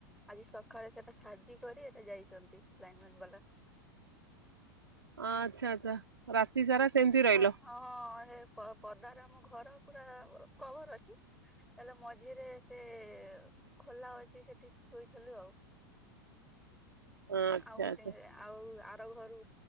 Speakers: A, in the centre; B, on the right.
A: ଆଜି ସକାଳେ ସେଟା ସାଜି କରି ସେଟା ଯାଇଛନ୍ତି ଲାଇନ ମାଇମ୍ ବାଲା।
B: ଅ ଆଚ୍ଛା ଆଚ୍ଛା। ରାତି ସାରା ସେମିତି ରହିଲ?
A: ଓ ହଁ ଏ ପଦାରେ ଆମ ଘର ପୁରା କଭର୍ ଅଛି ତାହେଲେ ମଝିରେ ସେ ଖୋଲା ଅଛି ସେଠି ଶୋଇଥିଲୁ ଆଉ।
B: <inaudible> ଆଚ୍ଛା
A: ଆଉ ଗୋଟେ
B: ଆଚ୍ଛା
A: ଆଉ ଆର ଘରୁ